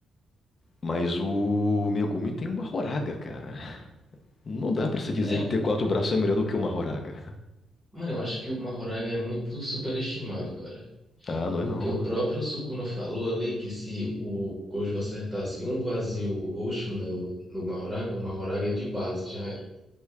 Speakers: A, on the left; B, in the centre.
A: Mas o Megumi tem uma horaga, cara. Não dá pra se dizer
B: É,
A: que ter quatro braços é melhor do que uma Horaga.
B: mano, eu acho que o Mahoraga é muito superestimado, cara.
A: Ah, não
B: Porque
A: é não.
B: o próprio Sukuna falou ali que se o Gojo acertasse um vazio roxo no, no Mahoraga, o Mahoraga de base já era.